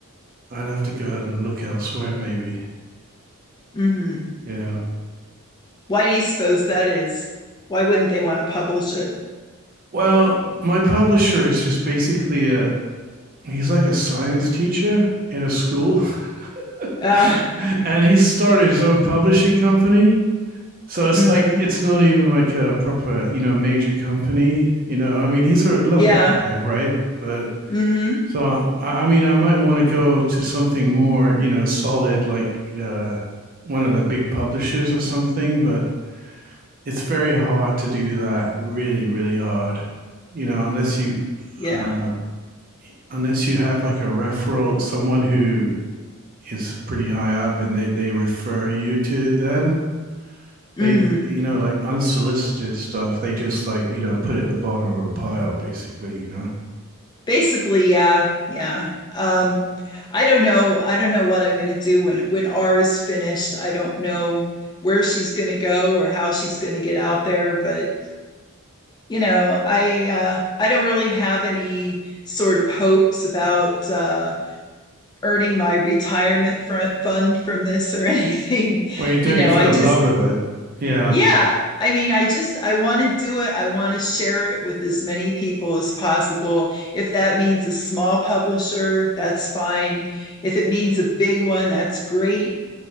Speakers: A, on the right; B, on the left.
A: I'd have to go out and look elsewhere, maybe.
B: mm-hmm
A: Yeah.
B: why do you suppose that is why wouldn't they want to publish it
A: Well, my publisher is just basically a he's like a science teacher in a school, <laughs>
B: uh
A: and he's started his own publishing company So it's
B: mm-hmm
A: like it's not even like a proper, you know, major company. You know, I mean, he's a lovely
B: yeah
A: guy, right? But
B: Mm-hmm.
A: so I, I mean, I might want to go to something more, you know, solid, like uh, one of the big publishers or something. But it's very hard to do that. Really, really hard. You know, unless you
B: Yeah.
A: uh, unless you have like a referral, someone who is pretty high up, and they they refer you to them they
B: Mm-hmm.
A: you know like unsolicited stuff they just like you know put it at the bottom of a pile basically you know
B: Basically, yeah. Yeah. Um, I don't know. I don't know what I'm going to do when when R is finished. I don't know where she's going to go or how she's going to get out there, but you know, I uh I don't really have any sort of hopes about uh earning my retirement fr- fund from this or <laughs> anything.
A: well you're doing
B: You know,
A: it for
B: I
A: the
B: just
A: love of it yeah
B: yeah i mean i just i want to do it i want to share it with as many people as possible if that means a small publisher that's fine if it means a big one that's great